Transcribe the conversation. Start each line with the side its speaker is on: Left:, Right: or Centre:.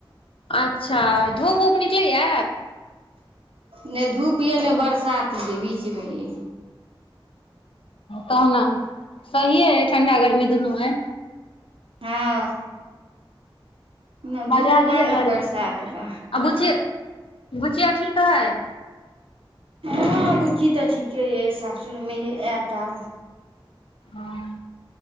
Left: अच्छा धूप ऊप निकलैये
Right: नय धूप ययऽ नय बरसात यऽ बीचमे ई
Left: तह ने सहिए ठंडा गर्मी दुनू ऐ
Right: हँ नय
Left: मजा
Right: धूप
Left: लिअ
Right: बा न
Left: गर्मी
Right: बरसात
Left: के
Right: बा
Left: आ बुचिया बुचिया ठीक अय
Right: हँ बुच्ची तऽ ठीके अइ सासुर में यय एत आब
Left: हँ